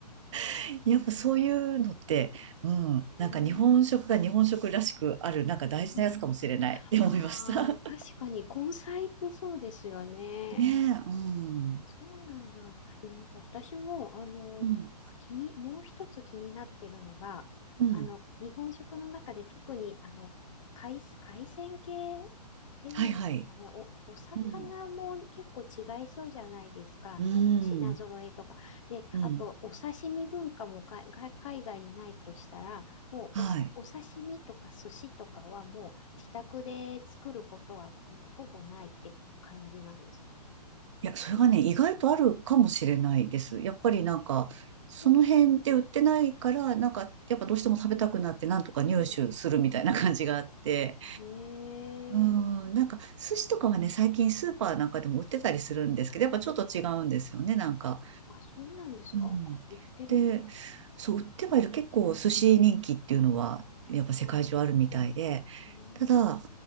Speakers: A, on the right; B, on the left.
A: <laughs> やっぱそういうのって、うん、
B: えー、
A: なんか日本食が日本食らしくある、なんか大事なやつかもしれないって思いました。
B: うん、ああ、
A: <laughs>
B: 確かに根菜ってそうですよね。
A: ねえ、うん。
B: そうなんだ。いなんか私も、あの、
A: うん、
B: あ気に、もう一つ気になってるのが、
A: うん。
B: あの、日本食の中で特に、あの、海、海鮮系っていうんですかね、
A: はいはい。
B: お、お魚も結構違いそうじゃないですか、
A: うん。
B: あの、
A: うん。
B: 品揃えとか。で、
A: うん。
B: あと、お刺身文化もか、が海外にないとしたら、もうおさ、
A: はい。
B: お刺身とか寿司とかはもう自宅で作ることはうんほぼないってこう感じなんですか
A: いや、それがね、意外とあるかもしれないです。やっぱりなんか、
B: ねそう
A: その辺で売ってないから、なんか、やっぱどうしても食べたくなって、なんとか入手するみたいな感じがあって。
B: うん。ええ
A: うん、なんか、寿司とかはね、最近スーパーなんかでも売ってたりするんですけど、やっぱちょっと違うんですよね、なんか。
B: あ、そうなんですか。
A: うん。
B: あ、言ってるんだ。
A: で、
B: あ
A: そう、売ってはいる。結構寿司人気っていうのは、やっぱ世界中あるみたいで、
B: ー、うん、
A: ただ、